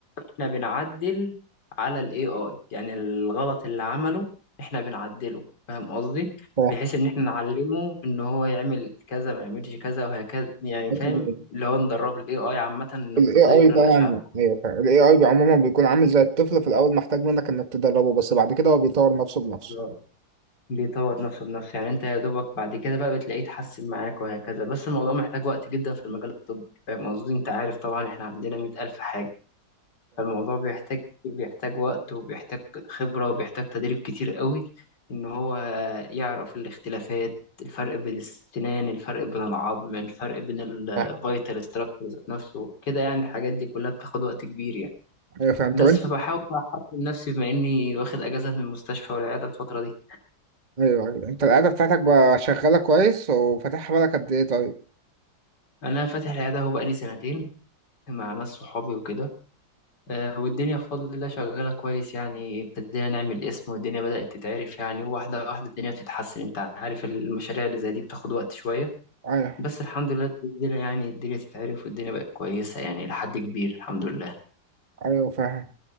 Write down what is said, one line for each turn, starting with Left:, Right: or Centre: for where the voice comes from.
Left: احنا بنعدل على الاي اي يعني الغلط اللي عمله احنا بنعدله فاهم قصدي
Right: صح.
Left: بحيث ان احنا نعلمه ان هو يعمل كذا ما يعملش كذا وهكذا يعني
Right: بس
Left: فاهم
Right: ال
Left: اللي هو ندرب الاي اي عامه ان هو
Right: ال AI
Left: ازاي يقرا
Right: ده
Left: الاشعات
Right: يعني ايوه فعلا ال AI عموما بيكون عامل زي الطفل في الاول محتاج منك انك تدربه بس بعد كده هو بيطور نفسه بنفسه
Left: بالظبط. بيطور نفسه بنفسه يعني انت يا دوبك بعد كده بقى بتلاقيه يتحسن معاك وهكذا بس الموضوع محتاج وقت جدا في المجال الطبي فاهم قصدي انت عارف طبعا احنا عندنا 100000 حاجه فالموضوع بيحتاج بيحتاج وقت وبيحتاج خبرة وبيحتاج تدريب كتير قوي إن هو يعرف الاختلافات الفرق بين السنان الفرق بين العظم الفرق بين الفيتال
Right: فاهم
Left: ستراكشر ذات نفسه كده يعني الحاجات دي كلها بتاخد وقت كبير يعني
Right: ايوه فاهم
Left: بس
Right: طب انت
Left: فبحاول بقى أحسن نفسي بما إني واخد أجازة من المستشفى والعيادة الفترة دي
Right: ايوه ايوه انت القعده بتاعتك بقى شغاله كويس وفاتحها بالك قد ايه طيب
Left: أنا فاتح العيادة هو بقالي سنتين مع ناس صحابي وكده آه، والدنيا بفضل الله شغالة كويس يعني ابتدينا نعمل اسم والدنيا بدأت تتعرف يعني واحدة واحدة الدنيا بتتحسن انت عارف المشاريع اللي زي دي بتاخد وقت شوية
Right: ايوه
Left: بس الحمد لله الدنيا يعني الدنيا تتعرف والدنيا بقت كويس يعني لحد كبير الحمد لله
Right: ايوه فاهم